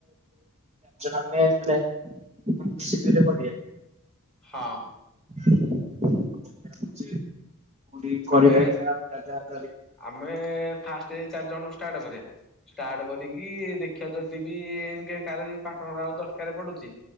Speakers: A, on the right; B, in the centre.
A: ଆମେ ମିଶିକିରି କରିବା।
B: ହଁ।
A: <unintelligible> କରିବା
B: ଆମେ
A: <unintelligible>
B: ଆମେ ଫାର୍ଷ୍ଟ ଚାରି ଜଣ ରୁ ଷ୍ଟାର୍ଟ କରିବା ଷ୍ଟାର୍ଟ କରିକି ଦେଖିଆ ଯଦି ବି କାହାର ପାର୍ଟନର ଆଉ ଦରକାର ପଡୁ଼ଚି